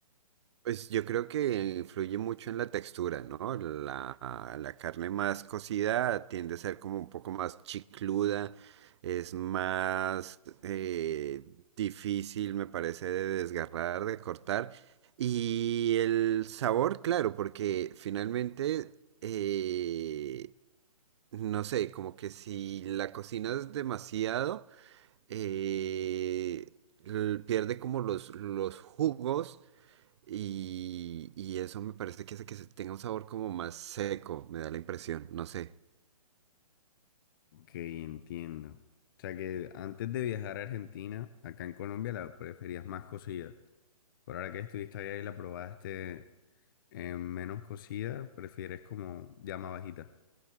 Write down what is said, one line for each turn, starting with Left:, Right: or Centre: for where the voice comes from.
Right: Pues yo creo que influye mucho en la textura, ¿no? La, ah, la carne más cocida tiende a ser como un poco más chicluda, es más eh, difícil, me parece, de desgarrar, de cortar. Y el sabor, claro, porque finalmente, eh, no sé, como que si la cocinas demasiado, eh, l- pierde como los, los jugos y, y eso me parece que hace que se tenga un sabor como más seco, me da la impresión, no sé.
Left: Ok, entiendo. O sea que antes de viajar a Argentina, acá en Colombia la preferías más cocida. por ahora que estuviste allá y la probaste eh, menos cocida, prefieres como llama bajita.